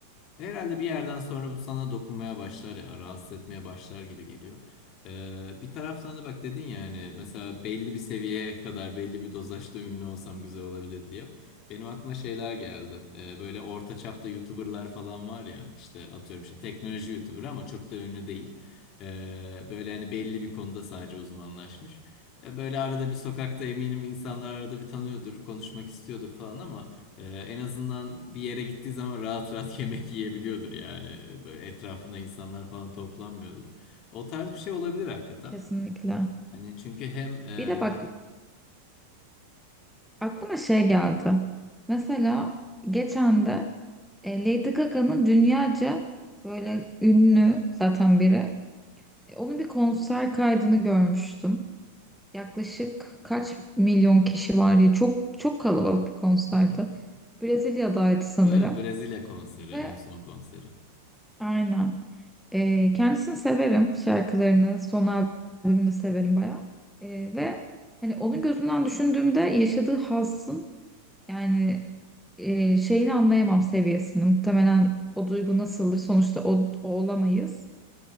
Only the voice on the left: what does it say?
Herhalde bir yerden sonra bu sana dokunmaya başlar ya, rahatsız etmeye başlar gibi geliyor. Ee, bir taraftan da bak dedin ya hani mesela belli bir seviyeye kadar belli bir dozajda ünlü olsam güzel olabilir diye. Benim aklıma şeyler geldi. Ee, böyle orta çapta YouTuber'lar falan var ya işte atıyorum işte teknoloji YouTuber ama çok da ünlü değil. Ee, böyle hani belli bir konuda sadece uzmanlaşmış. Ya böyle arada bir sokakta eminim insanlar arada bir tanıyordur, konuşmak istiyordur falan ama e, en azından bir yere gittiği zaman rahat rahat <laughs> yemek yiyebiliyordur yani. E, Böyle etrafında insanlar falan toplanmıyordur. O tarz bir şey olabilir hakikaten.
Hani çünkü hem e,
hı hı.
bu evet, Brezilya konseri
en son konseri.